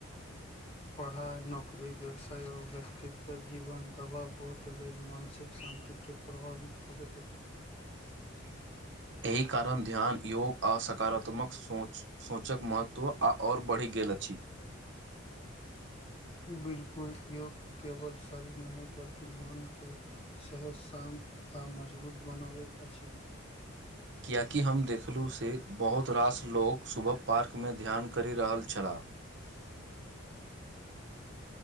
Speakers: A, on the right; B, on the left.
A: ह
B: पढ़ाइ नौकरी व्यवसाय आ व्यक्तित्व जीवन दबाव बोत लेल मानसिक शान्ति के प्रभावित करैत छै
A: <inaudible> एहि कारण ध्यान योग आ सकारात्मक सोच सोचक महत्त्व आ आओर बढ़ि गेल अछि
B: बिलकुल योग केवल शरीर नहि बल्कि मन के सहत शान्त आ मजबूत बनाबैत अछि
A: किएकि हम देखलहुँ से बहुत रास लोक सुबह पार्कमे ध्यान करि रहल छलाह